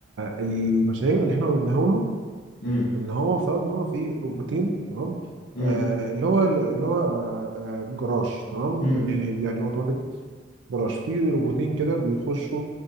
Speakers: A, on the right (about 70°); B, on the left (about 60°).
A: المشاريع اللي احنا قلناها له
B: امم
A: ان هو افترض ان هو في روبوتين تمام
B: امم
A: آه اللي هو اللي هو آه آه، جراج تمام
B: امم
A: يعني يعني اوتوماتيك جراج في روبوتين كده بيخشوا